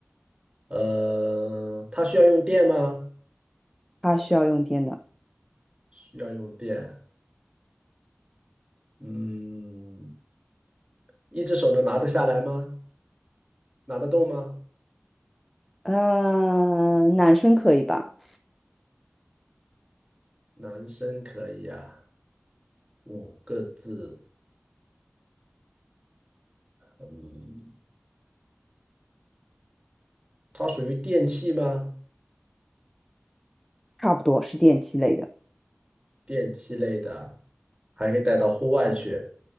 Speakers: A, on the right; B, in the centre.
A: 呃，它需要用电吗？
B: 它需要用电的。
A: 需要用电。嗯，一只手能拿得下来吗？拿得动吗？
B: 嗯、男生可以吧？
A: 男生可以啊，五个字。嗯，它属于电器吗？
B: 差不多是电器类的。
A: 电器类的，还可以带到户外去。